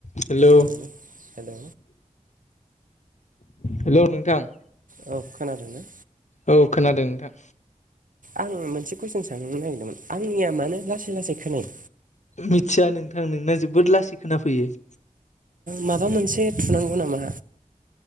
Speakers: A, on the left; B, on the right.
A: हेल'
B: हेलौ हेलौ
A: हेल' नोंथां।
B: औ खोनादों ना?
A: औ खोनादों नोंथां।
B: आं मोनसे कुइसन साननो नागिरदोंमोन आंनिया मानो लासै लासै खोनायो?
A: मिथिया नोंथां नोंना जोबोद लासै खोनाफैयो।
B: माबा मोनसे थुनांगौ नामा?